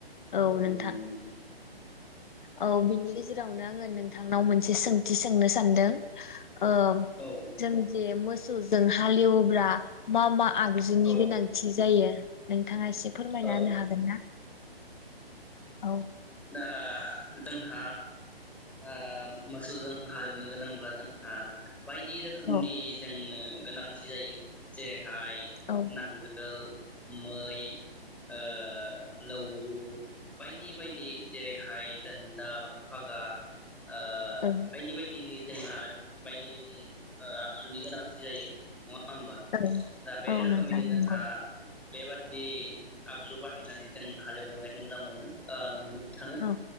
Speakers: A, on the left; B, in the centre.
A: औ नोंथां
B: नंगौ नंगौ
A: औ बिनि गेजेरावनो आङो नोंथांनाव मोनसे सोंथि सोंनो सानदों। ओ
B: औ
A: जों जे मोस सौ जों हालिवोब्ला मा मा? आगजुनि
B: औ
A: गोनांथि जायो। नों नोंथाङा एसे फोरमायना
B: औ
A: होनो हागोन ना? औ
B: दा जोंहा ओ मोसौजों हालौनो गोनांब्ला जोंहा बायदि रोखोमनि
A: औ
B: जोंनो गोनांथि जायो जेरै हाय
A: औ
B: नांगोल। मै ओ लौरु बायदि बायदि जेरैहाय दोन्दाल फागा ओ
A: औ
B: बायदि बायदिनि जोंहा बायदि बायदि आखजुनि गोनांथि जायो नङा होमबा
A: औ
B: दा बे
A: औ
B: रोखोमैनो
A: नोंथां
B: जोंहा
A: नंगौ
B: बेबायदि जि आगजु बाहायनानै जों हालेवबोनायखौ मोजां मोनो ओ नुनो थाङो
A: औ